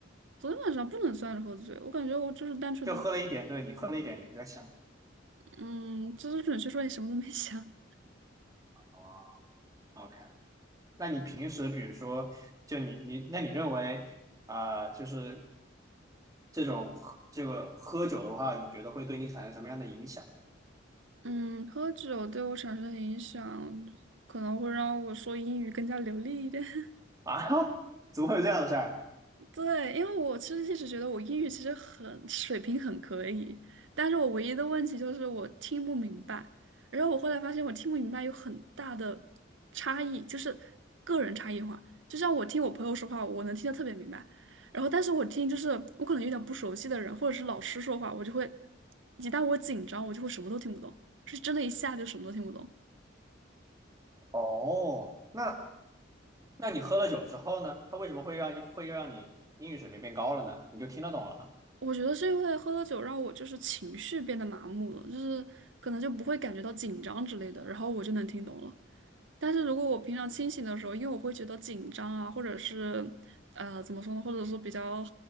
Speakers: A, on the right; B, on the right.
A: 昨天晚上不能算是喝醉，我感觉我就是单纯的，
B: 就喝了一点，对，你喝了一点，你在想什
A: 嗯，就是准确说你什么都没想
B: 么？哦，OK。那你平时比如说，就你你，那你认为啊、呃就是这种喝这个喝酒的话，你觉得会对你产生什么样的影响
A: <laughs>。嗯，喝酒对我产生的影响，可能会让我说英语更加流利一点。<laughs>
B: 啊？<laughs> 怎么会有这样的事儿？
A: 对，因为我其实一直觉得我英语其实很水平很可以，但是我唯一的问题就是我听不明白。然后我后来发现我听不明白有很大的差异，就是个人差异化。就像我听我朋友说话，我能听得特别明白，然后但是我听就是我可能有点不熟悉的人或者是老师说话，我就会一旦我紧张，我就会什么都听不懂，是真的一下就什么都听不懂。
B: 哦，那那你喝了酒之后呢？它为什么会让会让你英语水平变高了呢？你就听得懂了。
A: 我觉得是因为喝了酒让我就是情绪变得麻木了，就是可能就不会感觉到紧张之类的，然后我就能听懂了。但是如果我平常清醒的时候，因为我会觉得紧张啊，或者是呃怎么说呢，或者是比较